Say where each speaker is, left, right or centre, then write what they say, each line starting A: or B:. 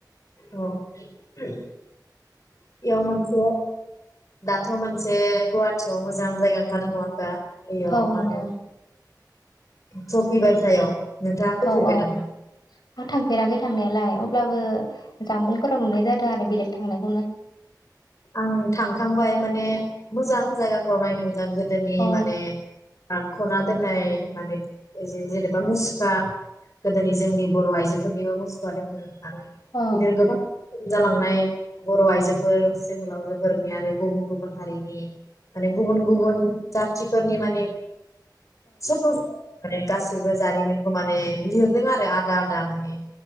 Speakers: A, on the left; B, on the left.
A: औ बेयाव मोनसे दाथ' मोनसे गुवाहाटियाव मोजां जायगा ओंखारदों नङा होनबा। बेयाव
B: औ
A: माहोनो
B: नंगौ
A: ट्रफि बायसायाव नोंथाङा फैफेरबाय
B: अ अ
A: नामा?
B: आं थांफेराखै थांनायालाय अ अब्लाबो जानबुंफोराव नुनाय जादों आरो बेलेग थांनायखौनो।
A: आं थांखांबाय माने मोजां जायगाफ्राव नायनो मोजां गोदोनि
B: अ
A: माने दानख'ना दोननाय माने जे-जेनेबा मुसुखा गोदोनि जोंनि बर' आइजोफोरनिबो मुसुखा दोङो। आरो
B: औ
A: बिदि गोबां जालांनाय बर' आइजोफोर जोहोलावजोफोरनि आरो गुबुन गुबुन हारिनि माने गुबुन गुबुन जाथिफोरनि माने <unintelligible> गासैबो जारिमिन खौ माने लिरदों आरो आ दादा माने